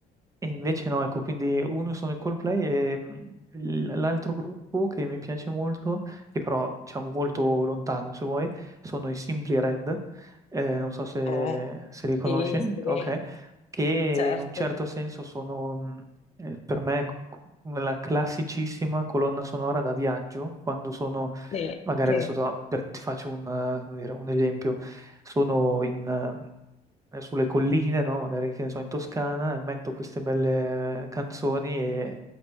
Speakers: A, on the right; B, on the left.
A: E invece no, ecco, quindi uno sono i Coldplay e mh, l- l'altro gruppo che mi piace molto, che però diciamo molto lontano se vuoi, sono i Simply Red, eh, non so se,
B: Oh,
A: se li conosci,
B: Sì, sì,
A: ok? Che
B: certo.
A: in un certo senso sono mh, eh, per me c- la classicissima colonna sonora da viaggio, quando sono,
B: Sì,
A: magari
B: sì,
A: adesso to- per- ti faccio un, eh, come dire, un esempio, sono in, eh, sulle colline, no? Magari che ne so, in Toscana, e metto queste belle eh, canzoni e,